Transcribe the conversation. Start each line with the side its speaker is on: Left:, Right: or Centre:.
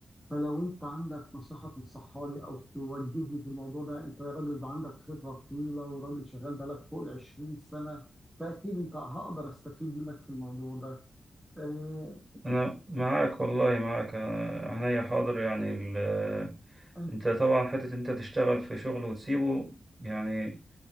Centre: فلو انت عندك نصيحة تنصحها لي او توجهني في الموضوع ده انت راجل ده عندك خبرة طويلة وراجل شغال بقالك فوق ال 20 سنة فاكيد انت هقدر استفيد منك في الموضوع ده اه
Right: أنا معاك والله معاك آه، عينيا حاضر يعني ال... آه،
Centre: انت
Right: أنت طبعا حتة أنت تشتغل في شغل وتسيبه يعني